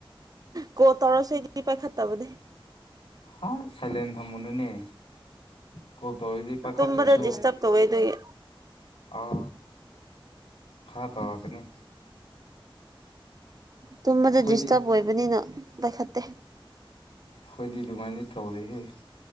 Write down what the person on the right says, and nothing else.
ꯀꯣꯜ ꯇꯧꯔꯁꯨ ꯑꯩꯗꯤ ꯄꯥꯏꯈꯠꯇꯕꯅꯦ
ꯇꯨꯝꯃꯗ ꯗꯤꯁꯇꯞ ꯇꯧꯋꯦ ꯑꯗꯨꯒꯤ
ꯇꯨꯝꯕꯗ
ꯗꯤꯁꯇꯔꯕ ꯑꯣꯏꯕꯅꯤꯅ ꯄꯥꯏꯈꯠꯇꯦ